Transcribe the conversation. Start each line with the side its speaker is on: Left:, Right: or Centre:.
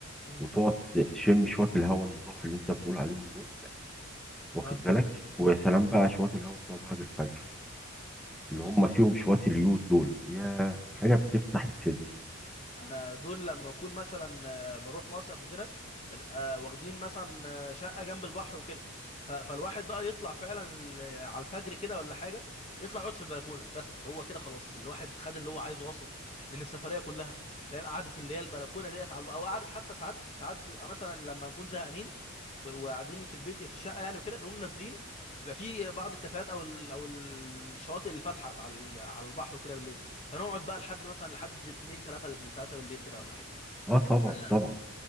Left: مم.
Centre: وتقعد تشم شويه الهواء النضاف اللي انت بتقول عليهم دول واخد
Left: اه
Centre: بالك ويا سلام بقى شويه الهواء بتوع بعد الفجر اللي
Left: بالظبط
Centre: هم فيهم شويه اليود دول يا حاجه بتفتح الصدر
Left: انا دول لما اكون مثلا آه، بروح مصيف وكده بنبقى واخدين مثلا آه، شقه جنب البحر وكده ف- فالواحد بقى يطلع فعلا ال- على الفجر كده ولا حاجه يطلع يقعد في البلكونه بس هو كده خلاص الواحد خد اللي هو عايزه اصلا من السفريه كلها فاهم قعده اللي هي البلكونه ديت على او قعده حتى ساعات ساعات مثلا لما نكون زهقانين ف- وقاعدين في البيت في الشقه يعني وكده نقوم نازلين بيبقى في بعض الكافيهات او ال- او الشواطئ اللي فاتحه على ال- على البحر وكده بالليل فنقعد بقى لحد مثلا لحد 2 3 3 بالليل كده ولا حاجه
Centre: اه طبعا
Left: تبقى حاجه
Centre: طبعا